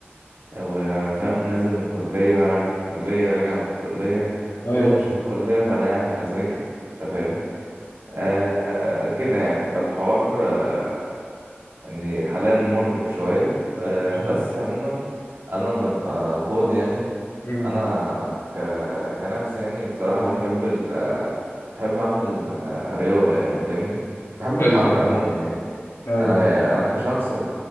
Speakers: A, on the right; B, on the left.
A: وفاهم نازل من الكليه رايح الكليه راجع من الكليه
B: ايوه
A: ولو مش في الكليه فانا قاعد بذاكر انت فاهم آه كده يعني فالحوار آه يعني حاليا مرهق شويه آه
B: بالظبط
A: بس عموما انا لما ببقى فاضي يعني
B: امم
A: انا ك... كنفسي يعني بصراحه بحب ال... آه، بحب اعمل آه، رياضه يعني فاهمني بحب
B: ايوه
A: الحركه عموما يعني
B: ايوه
A: انا انا كشخص ب...